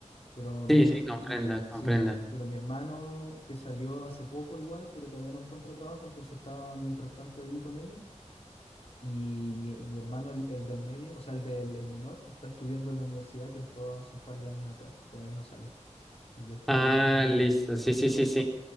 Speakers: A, on the left; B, in the centre.
A: Pero mi,
B: Sí,
A: her-
B: sí, comprendo,
A: m-
B: comprendo.
A: sí, po, pero mi hermano que salió hace poco igual, pero todavía no encuentra trabajo, entonces está mientras tanto ahí con ellos. Y mi, y mi hermano, el, el del medio, o sea, el del el menor, está estudiando en la universidad que entró hace un par de años atrás, y todavía no sale. Y yo estoy,
B: Ah, listo, sí, sí,
A: entonces,
B: sí, sí.